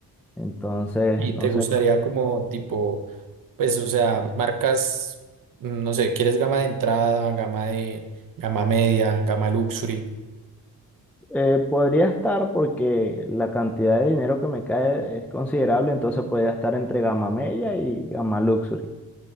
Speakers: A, in the centre; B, on the right.
A: entonces,
B: Y
A: no
B: te
A: sé.
B: gustaría como tipo, pues, o sea, marcas, mm, no sé, ¿quieres gama de entrada, gama de, gama media, gama luxury?
A: Eh, podría estar porque la cantidad de dinero que me cae es considerable, entonces podría estar entre Gamma Mella y Gamma Luxury.